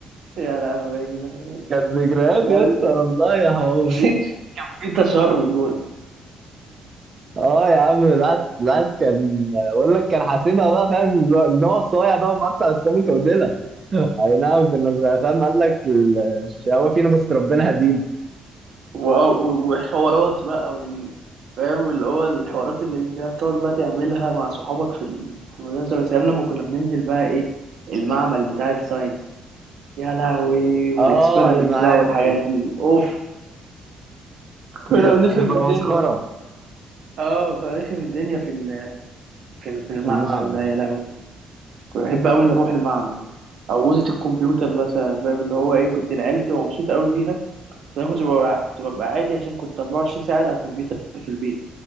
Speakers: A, on the right; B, on the right.
A: يا لهوي يا جدعان
B: كانت ذكريات
A: يعني
B: يا اسطى والله يا هو
A: <laughs> في تشرد برضه
B: اه يا عم العاد العاد كان بقول لك كان حاسبها بقى فاهم ان هو صايع بقى ومقطع السمكه وديلها <laughs> اي نعم كنا صغير فاهم قال لك ال- الشقاوه فينا بس ربنا هدينا
A: و- و- وحوارات بقى وال فاهم اللي هو الحوارات اللي انت هتقعد بقى تعملها مع صحابك في ال- في المدرسة بس أيام لما كنا بننزل بقى ايه المعمل بتاع الساينس يا لهوي والاكسبيرمنتس
B: اه المعامل
A: بقى والحاجات دي اوف كنا
B: كانت
A: بنخرب
B: تبقى
A: الدنيا
B: مسخره
A: اه كنا بنخرب الدنيا في ال- في ال- في المعمل
B: في المعمل
A: ده يا لهوي كنت بحب قوي نروح المعمل او اوضه الكمبيوتر مثلا فاهم اللي هو ايه كنت العيال بتبقى مبسوطه قوي بيها بس انا كنت ببقى كنت ببقى عادي عشان كنت 24 ساعه قاعد على الكمبيوتر في البيت